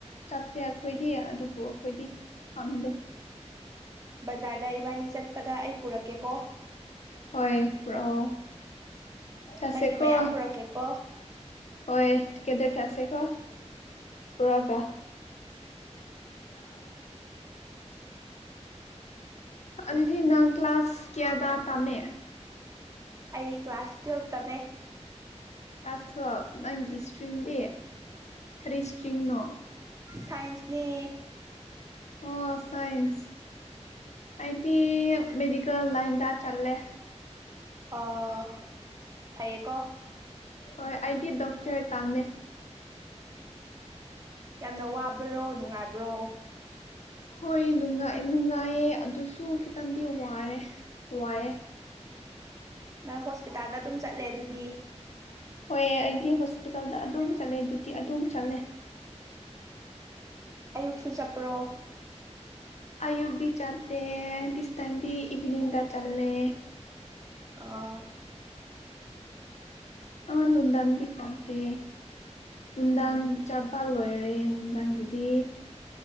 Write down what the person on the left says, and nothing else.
ꯆꯠꯇꯦ ꯑꯩꯈꯣꯏꯗꯤ ꯑꯗꯨꯕꯨ ꯑꯩꯈꯣꯏꯗꯤ ꯐꯟꯗꯦ
ꯍꯣꯏ ꯄꯨꯔꯛꯑꯣ ꯆꯠꯁꯦ
ꯀꯣ
ꯍꯣꯏ ꯇꯀꯦꯠ ꯇ꯭ꯔꯁꯤꯀꯣ ꯄꯨꯔꯥꯒꯥ ꯌꯥꯝ ꯑꯗꯨꯗꯤ ꯅꯪ ꯀ꯭ꯂꯥꯁ ꯀꯌꯥꯗ ꯇꯝꯃꯦ
ꯑꯁ ꯊꯣ ꯅꯪꯒꯤ ꯏꯁꯇ꯭ꯔꯤꯝꯗꯤ ꯀꯔꯤ ꯏꯁꯇ꯭ꯔꯤꯝꯅꯣ
ꯑꯣ ꯁꯥꯏꯟꯁ ꯑꯩꯗꯤ ꯃꯦꯗꯤꯀꯦꯜ ꯂꯥꯏꯟꯗ ꯆꯠꯂꯦ
ꯍꯣꯏ ꯑꯩꯗꯤ ꯗꯣꯛꯇꯔ ꯇꯥꯝꯃꯦ
ꯍꯣꯏ ꯅꯨꯡꯉꯥꯏ ꯅꯨꯡꯉꯥꯏꯌꯦ ꯑꯗꯨꯁꯨ ꯈꯤꯇꯪꯗꯤ ꯋꯥꯔꯦ ꯋꯥꯑꯦ
ꯍꯣꯏ ꯑꯩꯗꯤ ꯍꯣꯁꯄꯤꯇꯥꯜꯗ ꯑꯗꯨꯝ ꯆꯠꯂꯦ ꯗꯨꯇꯤ ꯑꯗꯨꯝ ꯆꯠꯂꯦ
ꯑꯌꯨꯛꯗꯤ ꯆꯠꯇꯦ ꯗꯤꯁ ꯇꯥꯏꯝꯗꯤ ꯏꯚꯅꯤꯡꯗ ꯆꯠꯂꯦ
ꯑꯥ ꯅꯨꯡꯗꯥꯟꯗꯤ ꯆꯥꯛꯇꯦ ꯅꯨꯡꯗꯥꯥꯟ
ꯆꯥꯄꯜ ꯂꯣꯏꯔꯦ ꯅꯨꯡꯗꯥꯡꯒꯤꯗꯤ